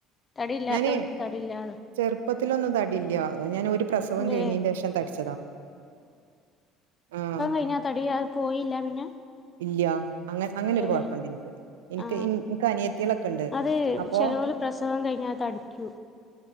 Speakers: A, on the left; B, on the right.
A: തടിയില്ലാത്തോൽക്ക്
B: ഞാന്
A: തടിയില്ലാന്നും
B: ചെറുപ്പത്തിലൊന്നും തടില്ല്യാ. ഞാൻ ഒരു പ്രസവം
A: ഇല്ലല്ലേ
B: കഴിഞ്ഞീൻ്റേഷം തടിച്ചതാ ആഹ്
A: പിന്നെ ആ തടിയാ പോയില്ലാ പിന്നെ?
B: ഇല്ല്യാ. അങ്ങെ അങ്ങനെ
A: ഇല്ലല്ലേ
B: ഒരു കൊഴപ്പണ്ട് ഇൻക്ക്. ഇൻക്ക്
A: ആ
B: ഇൻ ക്ക് അനിയത്തിയേളൊക്കെ ണ്ട്.
A: അത്
B: അപ്പൊ
A: ചെലോല് പ്രസവം കഴിഞ്ഞാ തടിക്കു